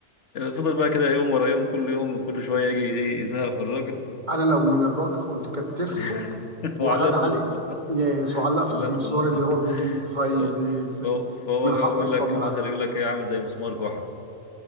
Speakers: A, on the left (about 80°); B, on the right (about 40°).
A: فضل بقى كده يوم ورا يوم كل يوم وكل شويه يجي ايه يزهق في الراجل
B: انا لو من الراجل كنت كتفته
A: <laughs>
B: وخد
A: وعلقته
B: علق
A: في المسمار
B: يا علقته
A: وعلقته
B: في المشوار
A: في المسمار
B: اللي هو بيجي
A: <laughs>
B: يت- في-
A: ف... فهو
B: يت-
A: فهو
B: من
A: بقى
B: حقه
A: بيقول
B: يطمن
A: لك المثل
B: عليه
A: يقول لك ايه عامل زي مسمار جحا